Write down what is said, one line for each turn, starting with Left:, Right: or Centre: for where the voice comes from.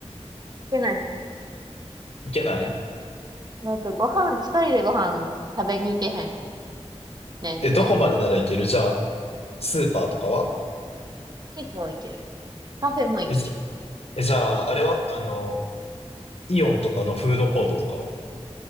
Right: してない。
Left: 行けない
Right: だってご飯、一人でご飯食べに行けへんねんで。
Left: え、どこまでなら行けるじゃあ、スーパーとかは
Right: 結構いける。カフェもいける。
Left: え、じゃえ、じゃあ、あれはあの、イオンとかのフードコートとかは